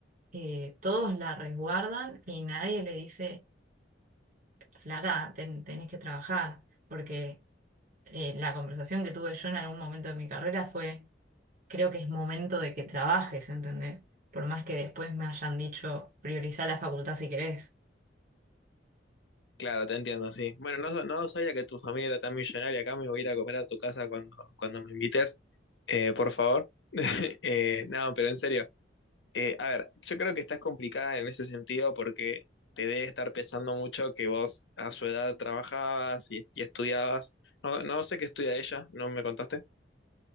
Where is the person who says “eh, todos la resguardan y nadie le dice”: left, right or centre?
Right